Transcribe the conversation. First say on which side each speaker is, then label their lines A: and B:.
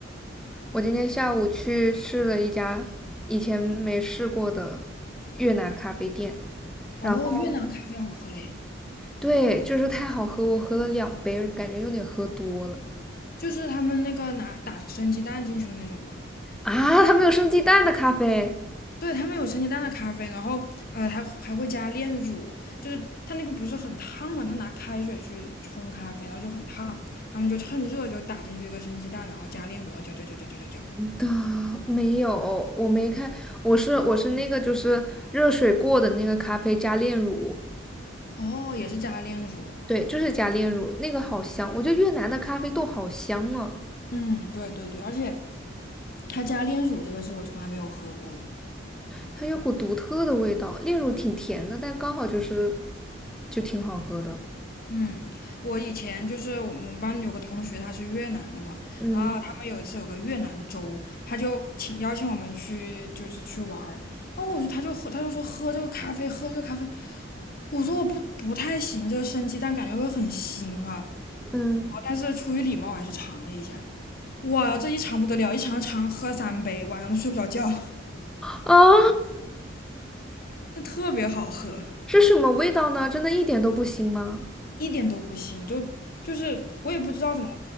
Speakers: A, in the centre; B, on the left (about 50°).
A: 我今天下午去试了一家以前没试过的越南咖啡店，然后
B: 哦，越南咖啡好喝嘞，
A: 对，就是太好喝，我喝了两杯，感觉有点喝多了
B: 就是他们那个拿打生鸡蛋进去的那种嘛。
A: 啊！它没有生鸡蛋的咖啡
B: 对，他们有生鸡蛋的咖啡，然后呃还还会加炼乳，就是它那个不是很烫嘛，他拿开水去冲咖啡，然后就很烫，他们就趁热就打进去一个生鸡蛋，然后加炼乳，然后搅搅搅搅搅搅搅。
A: 的，没有，我没看，我是我是那个就是热水过的那个咖啡加炼乳，
B: 哦，也是加炼乳。
A: 对，就是加炼乳，那个好香，我觉得越南的咖啡豆好香啊。
B: 嗯，对对对，而且他加炼乳这个是我从来没有喝过的。
A: 它有股独特的味道，炼乳挺甜的，但刚好就是就挺好喝的。
B: 嗯，我以前就是我们班有个同学，他是越南的嘛，
A: 嗯
B: 然后他们有一次有个越南粥，他就请邀请我们去，就是去玩儿。然后我就他就喝，他就说喝这个咖啡，喝这个咖啡。我说我不不太行，这个生鸡蛋感觉会很腥哈、然
A: 嗯，
B: 后但是出于礼貌，我还是尝了一下。哇，这一尝不得了，一尝尝喝三杯，晚上都睡不着觉，
A: 啊，
B: <laughs> 这特别好喝。
A: 是什么味道呢？真的一点都不腥吗？
B: 一点都不腥，就就是我也不知道怎么，